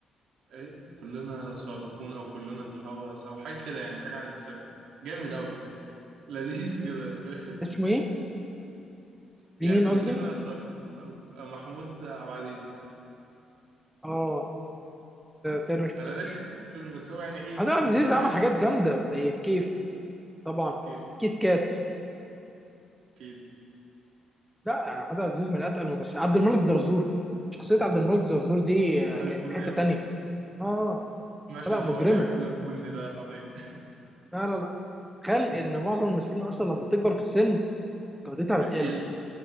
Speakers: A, on the right; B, in the centre.
A: إيه كلنا سابقون أو كلنا في الهوى سوا حاجة كده يعني حاجة عن السباق جامد أوي لذيذ كده <laughs>
B: اسمه ايه
A: يا
B: لمين
A: كلنا
B: قصدي
A: صابرين او أو محمود عبد العزيز
B: اه تاني ما شفتوش
A: انا ناسي اسم الفيلم بس هو يعني ايه
B: محمود عبد
A: كلنا
B: العزيز عمل
A: حاجه
B: حاجات جامده زي كيف طبعا
A: في الكيف ده
B: كيت كات
A: اكيد
B: لا يعني محمود عبد العزيز من اتقل الممثلين عبد الملك زرزور شخصيه عبد الملك زرزور دي آه،
A: ايقونيه
B: كانت في حته
A: بقى.
B: تانيه اه
A: مشهد
B: لا مجرمه
A: وهو بيعمل له البن ده خطير
B: لا لا خل ان معظم الممثلين اصلا لما بتكبر في السن
A: <laughs>
B: جودتها
A: بتقل
B: بتقل